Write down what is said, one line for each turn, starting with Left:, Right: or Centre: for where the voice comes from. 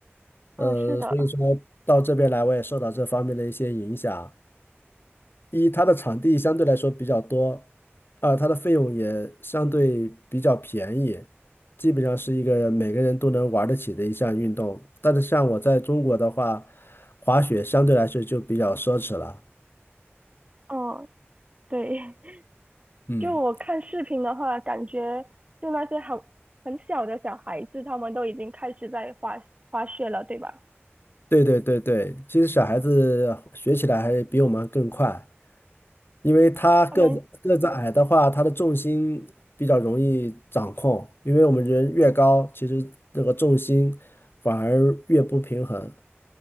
Right: 嗯，
Left: 呃，
Right: 是的。
Left: 所以说到这边来，我也受到这方面的一些影响。一，它的场地相对来说比较多，二，它的费用也相对比较便宜，基本上是一个每个人都能玩得起的一项运动。但是像我在中国的话，滑雪相对来说就比较奢侈了。
Right: 嗯，对。
Left: 嗯。
Right: 就我看视频的话，感觉就那些很很小的小孩子，他们都已经开始在滑滑雪了，对吧？
Left: 对对对对，其实小孩子学起来还比我们更快。因为他个子个子矮的话，
Right: 啊他们，
Left: 他的重心比较容易掌控，因为我们人越高，其实那个重心反而越不平衡。